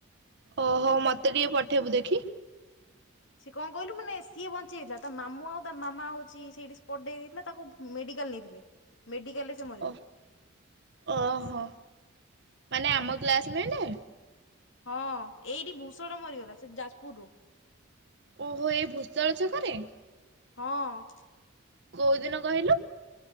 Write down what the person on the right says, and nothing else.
ଓହୋ ମତେ ଟିକେ ପଠେଇବୁ ଦେଖି
ଓ ଓହୋ। ମାନେ ଆମ କ୍ଲାସମେଟେ
ଓହୋ ଏଇ ଭୂଷଳ ଛକରେ
କୋଉ ଦିନ କହିଲୁ?